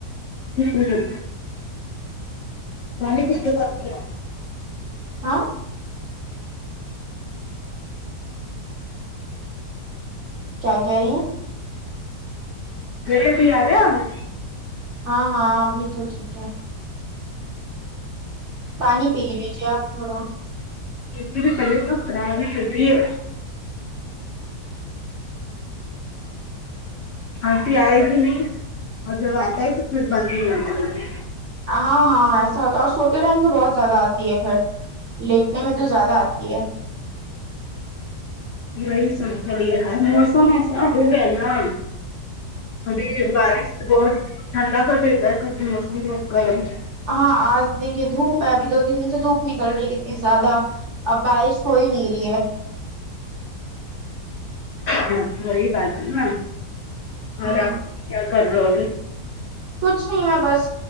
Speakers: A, on the left; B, on the right.
A: کیا کاروں پانی کے بوٹ پورا
B: ہاں کیا کہہ رہی ہیں
A: میرے بھی آ رہا ہے آج
B: ہاں ہاں ابھی تو ٹھیک ہے پانی پی لیجیے آپ تھوڑا
A: میری طبیعت تو خراب ہی چل رہی ہے کھانسی آئے گی نہیں اور جب آتا ہے تو پھر ب ہوتا جلدی
B: ہاں ہاں ایسا ہو تو اور سوتے ٹائم تو بہت زیادہ آتی ہے پھر لیٹنے میں تو زیادہ آتی ہے
A: وہی سب چل رہا ہے موسم ایسا ہو گیا نا ارے بارش بہت ٹھڈا کر دیتا ہے ک موسم بہت گرم
B: ہاں آج دیکھیے دھوپ ہے ابھی دو تین دن سے دھوپ نکل رہی ہے کت ا زیادہ اب بارش ہوئی نہیں رہی ہے
A: ہاں وہی بات ہے نا اور
B: ہاں
A: آپ کیا کر رہے ہوگے
B: کچھ نہیں میں بس